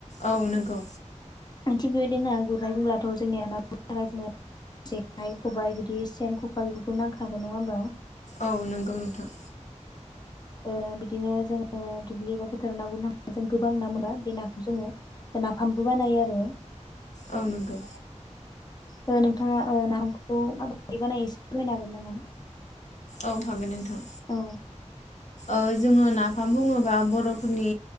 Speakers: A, on the left (about 70°); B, on the left (about 35°).
A: औ नोंगौ।
B: थिग बेबायदिनो ना गुरनाय बुंब्लाथ' जोंनिया ना गुरनो थाखाय जोंनो जेखाइ खबाय बिदि सेन ककार फोरखौ नांखागोन नङा होनबा?
A: औ नंगौ नोंथां।
B: ओ बिदिनो जोङो ओ दुब्लि एबा बोथोराव ना गुरनो थांबा जों गोबां ना मोनबा बे नाखौ जोङो नाफामबो बानायो आरो। आरो
A: औ नंगौ।
B: ओ नोंथाङा नाफामखौ माबायदि बानायो एसे फोरमायनो हागोन नामा?
A: औ हागोन नोंथां।
B: औ।
A: ओ जोङो नाफाम बुङोबा बर'फोरनि